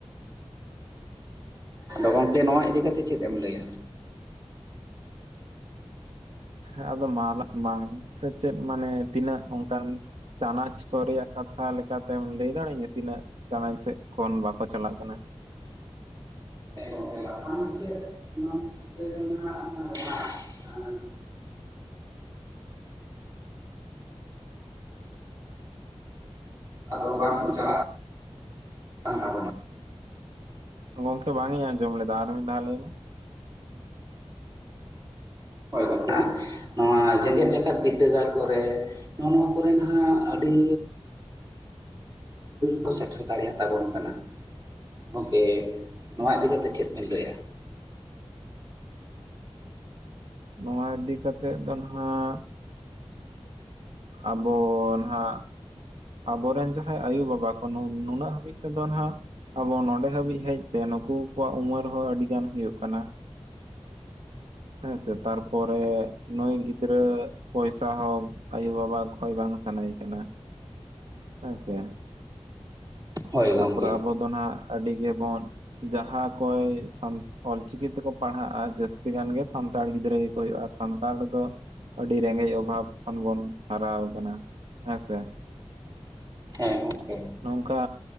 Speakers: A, on the right (about 40°); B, on the right (about 65°).
A: ᱟᱫᱚ ᱜᱚᱢᱠᱮ ᱱᱚᱣᱟ ᱤᱫᱤ ᱠᱟᱛᱮᱫ ᱪᱮᱫ ᱮᱢ ᱞᱟᱹᱭᱟ?
B: ᱦᱮᱸ ᱟᱫᱚ ᱢᱟᱞᱟ ᱢᱟ ᱥᱮᱪᱮᱫ ᱢᱟᱱᱮ ᱛᱤᱱᱟᱹᱜ ᱚᱱᱠᱟᱱ ᱪᱟᱱᱟᱪ ᱠᱚ ᱨᱮᱭᱟᱜ ᱠᱟᱛᱷᱟ ᱞᱮᱠᱟ ᱛᱮᱢ ᱞᱟᱹᱭ ᱫᱟᱲᱮᱟᱹᱧᱟᱹ ᱛᱤᱱᱟᱹᱜ? ᱪᱟᱱᱟᱪ ᱥᱮᱫ ᱠᱷᱚᱱ ᱵᱟᱠᱚ ᱪᱟᱞᱟᱜ ᱠᱟᱱᱟ?
A: <unintelligible> <unintelligible> <unintelligible> ᱟᱫᱚ ᱵᱟᱝᱠᱚ ᱪᱟᱞᱟᱜ ᱠᱟᱱᱟ <inaudible>
B: ᱜᱚᱢᱠᱮ ᱵᱟᱝ ᱤᱧ ᱟᱸᱡᱚᱢ ᱞᱮᱫᱟ ᱟᱨ ᱢᱤᱫ ᱫᱷᱟᱣ ᱞᱟᱹᱭ ᱢᱮ᱾
A: ᱦᱳᱭ ᱜᱚᱴᱟ ᱱᱚᱣᱟ ᱡᱮᱜᱮᱛ ᱡᱟᱠᱟᱛ ᱵᱤᱫᱽᱫᱟᱹᱜᱟᱲ ᱠᱚᱨᱮ ᱱᱚᱜᱼᱚ ᱱᱚᱣᱟ ᱠᱚᱨᱮ ᱱᱟᱜ ᱟᱹᱰᱤ ᱠᱚ ᱥᱮᱴᱮᱨ ᱫᱟᱲᱮᱭᱟ ᱛᱟᱵᱚᱱ ᱠᱟᱱᱟ᱾ ᱜᱚᱢᱠᱮ ᱱᱚᱣᱟ ᱤᱫᱤ ᱠᱟᱛᱮ ᱪᱮᱫ ᱵᱮᱱ ᱞᱟᱹᱭᱟ?
B: ᱱᱚᱣᱟ ᱤᱫᱤ ᱠᱟ ᱠᱟᱛᱮᱫ ᱫᱚ ᱱᱟᱱᱟᱜ, ᱟᱵᱚ ᱱᱟᱦᱟᱜ ᱟᱵᱚᱨᱮᱱ ᱡᱟᱦᱟᱸᱭ ᱟᱭᱳᱼᱵᱟᱵᱟ ᱠᱚ ᱱᱩᱱᱟᱹᱜ ᱦᱟᱹᱵᱤᱡ ᱛᱮᱫᱚ ᱱᱟᱦᱟᱜ ᱟᱵᱚ ᱱᱚᱰᱮ ᱦᱟᱹᱵᱤᱡ ᱦᱮᱡ ᱛᱮ ᱱᱩᱠᱩ ᱠᱚᱣᱟᱜ ᱩᱢᱮᱨ ᱦᱚᱸ ᱟᱹᱰᱤ ᱜᱟᱱ ᱦᱩᱭᱩᱜ ᱠᱟᱱᱟ᱾ ᱦᱮᱸᱥᱮ ᱛᱟᱨᱯᱚᱨᱮ ᱱᱩᱭ ᱜᱤᱫᱽᱨᱟᱹ ᱯᱚᱭᱥᱟ ᱦᱳᱠ ᱟᱭᱳ ᱵᱟᱵᱟ ᱠᱷᱚᱡ ᱵᱟᱝ ᱥᱟᱱᱟᱭᱮ ᱠᱟᱱᱟ ᱦᱮᱸ ᱥᱮ
A: ᱦᱳᱭ
B: ᱛᱟᱨᱯᱚᱨᱮ
A: ᱜᱚᱢᱠᱮ
B: ᱟᱵᱚ ᱫᱚ ᱱᱟᱜ ᱟᱹᱰᱤ ᱜᱮᱵᱚᱱ ᱡᱟᱦᱟᱸ ᱠᱚᱭ ᱚᱞᱪᱤᱠᱤ ᱛᱮᱠᱚ ᱯᱟᱲᱦᱟᱜᱼᱟ ᱡᱟᱹᱥᱛᱤ ᱜᱟᱱᱜᱮ ᱥᱟᱱᱛᱟᱲ ᱜᱤᱫᱽᱨᱟᱹ ᱜᱮ ᱠᱚ ᱦᱩᱭᱩᱜᱼᱟ ᱟᱨ ᱥᱟᱱᱛᱟᱲ ᱫᱚ ᱟᱹᱰᱤ ᱨᱮᱸᱜᱮᱡ ᱚᱵᱷᱟᱵ ᱠᱷᱚᱱ ᱵᱚᱱ ᱦᱟᱨᱟᱣ ᱟᱠᱟᱱᱟ ᱦᱮᱸᱥᱮ᱾
A: ᱦᱮᱸ ᱠᱮ
B: ᱱᱚᱝᱠᱟ